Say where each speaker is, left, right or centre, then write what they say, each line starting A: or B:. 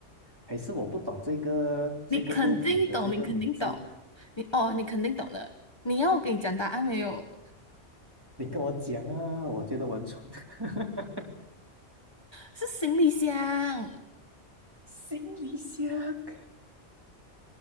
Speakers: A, on the right; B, on the left.
A: 还是我不懂这个这个物品的这个名字，
B: 你肯定懂，你肯定懂，你哦，你肯定懂了。你要我给你讲答案没有？
A: 你跟我讲啊，我觉得我很蠢。<laughs>
B: 是行李箱。
A: 行李箱